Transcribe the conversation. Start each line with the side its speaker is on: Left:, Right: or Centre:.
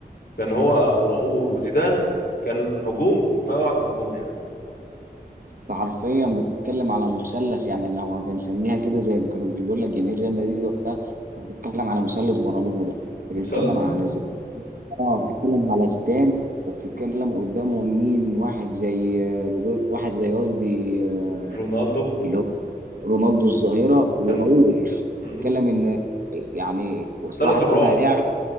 Left: كان هو وراؤول وزيدان كان هجوم ما بعده هجوم يعني
Right: انت حرفيا بتتكلم على مثلث يعني اللي هو بنسميها كده زي ما كانوا بيقول لك جماهير ريال مدريد وقتها انت بتتكلم على مثلث برمودا بتتكلم
Left: مثال
Right: على زيدان اه بتتكلم على زيدان وبتتكلم قدامهم مين واحد زي آه، روبرت واحد زي قصدي آه،
Left: <laughs> رونالدو
Right: اللي هو رونالدو الظاهرة وراؤول
Left: كان مم.
Right: بتتكلم ان يعني
Left: مثلث
Right: واحد
Left: الرعب
Right: صانع لعب